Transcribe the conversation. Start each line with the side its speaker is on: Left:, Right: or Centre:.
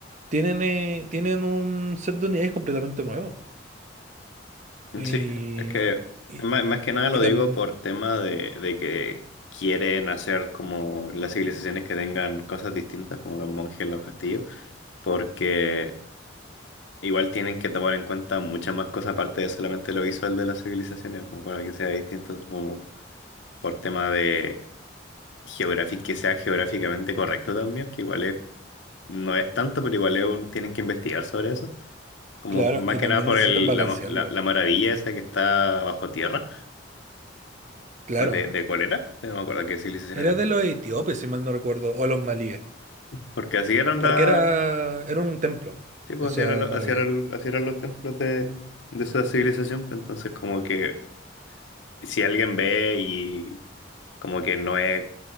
Right: tienen, eh, tienen un set de unidades completamente nuevo. Y,
Left: Sí, es que
Right: y,
Left: más, más que nada lo
Right: y tam-
Left: digo por tema de, de que quieren hacer como las civilizaciones que tengan cosas distintas, como los monjes, los castillos, porque... Igual tienen que tomar en cuenta muchas más cosas aparte de solamente lo visual de las civilizaciones, como para que sea distinto, como por tema de geográfico, que sea geográficamente correcto también, que igual es- no es tanto, pero igual es un- tienen que investigar sobre eso. Como
Right: claro,
Left: más
Right: y
Left: que
Right: también
Left: nada por
Right: necesitan
Left: el,
Right: balancearlo.
Left: la, la- la maravilla esa que está bajo tierra.
Right: Claro.
Left: ¿Cu- ¿De, de cuál era? No me acuerdo qué civilización
Right: Era
Left: era.
Right: de los etíopes, si mal no recuerdo, o los malíes,
Left: Porque así eran
Right: porque
Left: la,
Right: era, era un templo,
Left: sí, pues
Right: esa
Left: así era lo-
Right: maravilla.
Left: así era el- así eran los templos de, de esa civilización. Pues entonces como que si alguien ve y como que no es